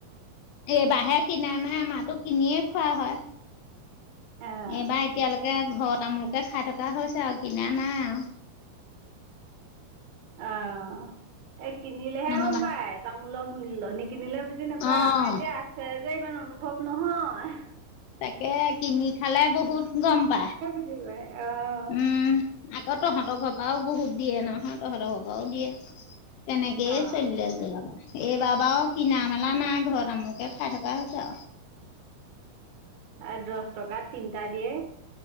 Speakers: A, on the left; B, on the right.
A: এইবাহে কিনা নাই, আমাতো কিনিয়ে খোৱা হয়
B: অ',
A: এইবাৰ এতিয়ালৈকে ঘৰ তামোলকে খাই থকা হৈছে আৰু, কিনা নাই আৰু
B: <unintelligible> অহ, এ, কিনিলেহে
A: নহ'বা
B: গম পায় তামোলৰ মূল্য, নি কিনিলে বুজি নাপায়
A: অ'
B: আমাৰ এতিয়া আছে যে ইমান অনু <unintelligible> নহয়
A: তাকে, কিনি খালে বহুত গম পায়
B: আহিবাই আহ
A: উম, আকৌ, তহঁতৰ ঘৰ পৰাও বহুত দিয়ে নহয়, তহঁতৰ ঘৰ পৰাও দিয়ে। তেনেকেইে,
B: অ',
A: চলিল আছো যেনিবা। এইবাৰ বাৰু কিনা-মেলা নাই ঘৰত আমকে খাই থকা হৈছে আৰু।
B: আৰু দহ টকাত তিনিটা দিয়ে।